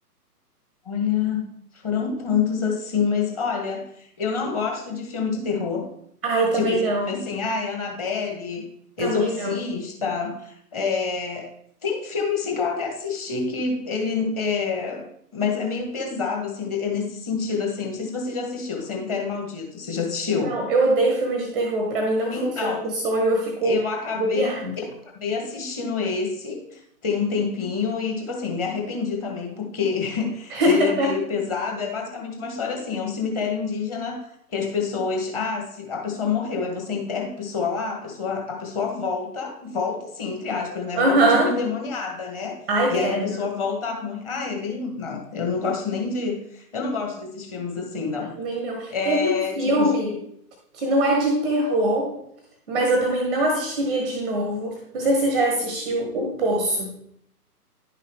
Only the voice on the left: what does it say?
Olha, foram tantos assim, mas olha, eu não gosto de filme de terror.
Tipo, esse
filme assim, ai, Annabelle,
Exorcista.
é, Tem filme assim que eu até assisti que ele é... Mas é meio pesado, assim, de- é nesse sentido, assim. Não sei se você já assistiu, Cemitério Maldito, você já assistiu?
Então,
eu acabei
acabei assistindo esse tem um tempinho e, tipo assim, me arrependi também, porque <laughs>
ele é meio pesado. É basicamente uma história assim: é um cemitério indígena que as pessoas. Ah, se a pessoa morreu, aí você enterra a pessoa lá, a pessoa, a pessoa volta, volta assim, entre aspas, né?
Volta tipo endemoniada, né?
E
aí a pessoa volta ruim. Ah, é bem. Não, eu não gosto nem de. Eu não gosto desses filmes assim, não.
É
tipo